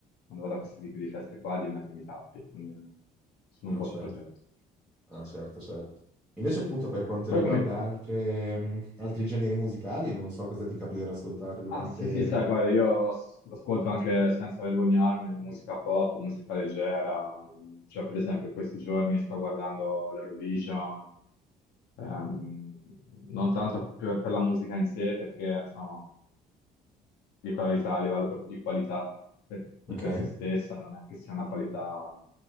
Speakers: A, on the left; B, in the centre.
A: quando vado a questi tipi di feste qua, di mettermi i tappi, almeno sono
B: No,
A: un po'
B: certo,
A: più protetto.
B: Ah, certo, certo. Invece, appunto, per quanto
A: Poi
B: riguarda
A: come...
B: altre, mh, altri generi musicali, non lo so cosa ti capita di ascoltare durante...
A: Ah sì sì, sai, guarda, io as- ascolto anche senza vergognarmene musica pop, musica leggera, cioè per esempio in questi giorni sto guardando l'Eurovision, ehm, non tanto per, per la musica in sé, perché insomma dico la verità, a livello proprio di qualità no? per- di
B: Ok.
A: per se stessa, non è che sia una qualità